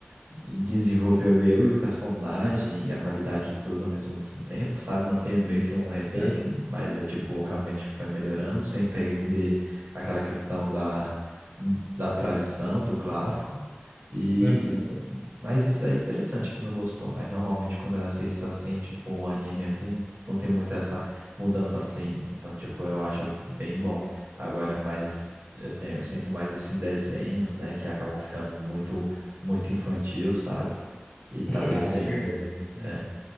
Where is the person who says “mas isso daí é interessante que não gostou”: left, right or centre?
Right